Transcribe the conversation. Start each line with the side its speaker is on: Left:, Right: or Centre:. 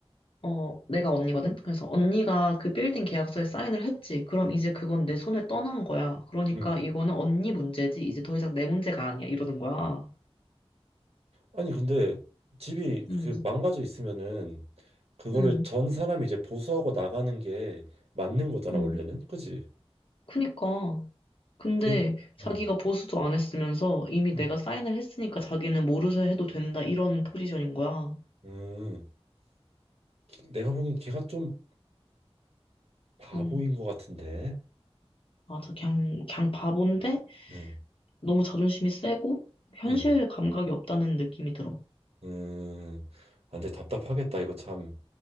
Left: 어, 내가 언니거든? 그래서 언니가 그 빌딩 계약서에 사인을 했지. 그럼 이제 그건 내 손에 떠난 거야. 그러니까
Right: 응.
Left: 이거는 언니 문제지. 이제 더 이상 내 문제가 아니야. 이러는 거야.
Right: 아니, 근데 집이 그
Left: 음,
Right: 망가져 있으면은 그거를
Left: 음,
Right: 전 사람이 이제 보수하고 나가는 게 맞는 거잖아,
Left: 음.
Right: 원래는. 그지?
Left: 그니까. 근데
Right: 그,
Left: 자기가
Right: 응,
Left: 보수도 안 했으면서 이미
Right: 응,
Left: 내가 사인을 했으니까 자기는 모르쇠 해도 된다. 이런 포지션인 거야.
Right: 응. 내가 보기엔 걔가 좀 바보인
Left: 음.
Right: 것 같은데.
Left: 아, 저 그냥, 그냥 바본데
Right: 응,
Left: 너무 자존심이 세고 현실
Right: 응.
Left: 감각이 없다는 느낌이 들어.
Right: 음, 아, 근데 답답하겠다. 이거 참